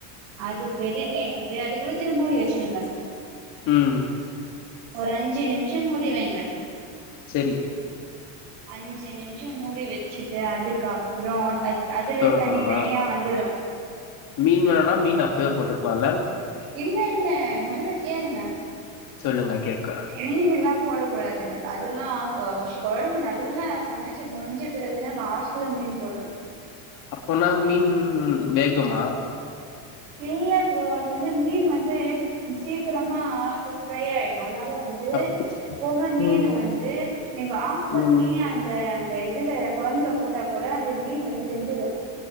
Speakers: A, on the right; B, on the left.
A: அது பெருட்டிக்கிட்டு அதுக் வச்சிடு மூடி வச்சிடுங்க
B: ம்
A: ஒரு அஞ்சி நிம்ஷொ மூடி வைங்க
B: சரி
A: அஞ்சி நிம்ஷொ மூடி வச்சிட்டு அதுக்கப்றொ அத் த அதுலே
B: தொறக்கணுமா
A: தண்ணி தனியா வந்துடு
B: மீன் வேணுனா மீன் அப்பயே போட்ருக்லால்ல
A: இல்ல இல்ல மொதல்ல கேளுங்க
B: சொல்லுங்க கேக்குற
A: மீனெல்லாம் போடக்கூடாதுங்க அதெல்லா க கொழம்பு நல்லா சமச்சு முடிஞ்ச பிறகுதா லாஸ்ட்ல மீன் போடணு
B: அப்போனா மீன் வேகுமா
A: இல்ல ப்ரோ அது வந்து மீன் வந்து சீக்கிரமா ஃப் ஃப்ரை ஆய்டு அத்னால வந்து
B: அப்
A: எப்பவுமே மீன்
B: ம்
A: வந்து நீங்க ஆஃப் பண்ணி
B: ம்
A: அந்த ந்த இதுல கொழம்புல போட்டா கூட அந்த மீன் வந்து வெந்துடு